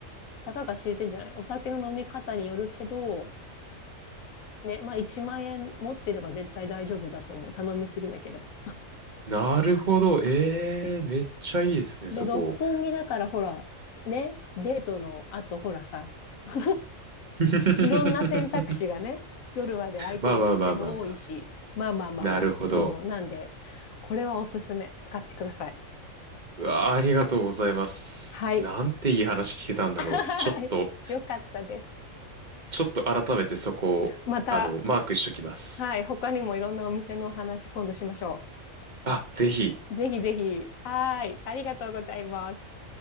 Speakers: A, on the left; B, on the right.
A: たかが知れてんじゃないお酒の飲み方によるけど、ね、まあ1万円持ってれば絶対大丈夫だと思う。頼みすぎなければ。
B: なるほど。ええーめっちゃいいですね、
A: で、
B: そこ。
A: 六本木だからほら、ね、デートの後ほらさ、<laughs>
B: <laughs>
A: いろんな選択肢がね、夜まで空いてるお店も多いし、
B: まあまあまあまあまあ。
A: まあまあまあまあ。
B: なるほど。
A: うん、なんで、これはおすすめ。使ってください。
B: うわあ、ありがとうございます。
A: はい。
B: なんていい話聞けたんだろう。
A: <laughs>
B: ちょっと、
A: よかったです。
B: ちょっと改めてそこを、
A: また、
B: あの、マークしときます。
A: はい、他にもいろんなお店のお話今度しましょう。
B: あ、ぜひ。
A: ぜひぜひ。はーい。ありがとうございます。